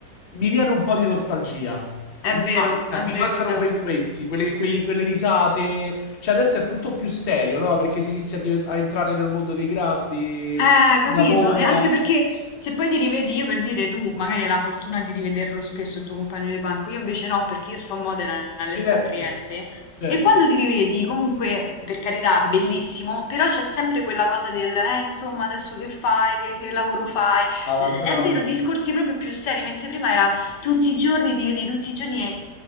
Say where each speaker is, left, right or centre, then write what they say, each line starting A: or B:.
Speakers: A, on the left; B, on the left.
A: mi viene un po' di nostalgia
B: è
A: manca-
B: vero, è vero.
A: mi mancano quei momenti, quelle, quei- quelle risate. Cioè, adesso è tutto più serio, no? Perché si inizia a, diven- a entrare nel mondo dei grandi,
B: Eh,
A: si
B: capito?
A: lavora.
B: E anche perché se poi ti rivedi, io per dire tu, magari hai la fortuna di rivederlo spesso il tuo compagno di banco, io invece no, perché io sto a Modena e lei
A: Certo,
B: sta a Trieste.
A: certo.
B: E quando ti rivedi, comunque, per carità, bellissimo, però c'è sempre quella cosa del, eh, insomma, adesso che fai, che, che lavoro fai?
A: Brava,
B: Cioè,
A: brava.
B: È vero, discorsi proprio più seri, mentre prima era tutti i giorni, ti vedi tutti i giorni e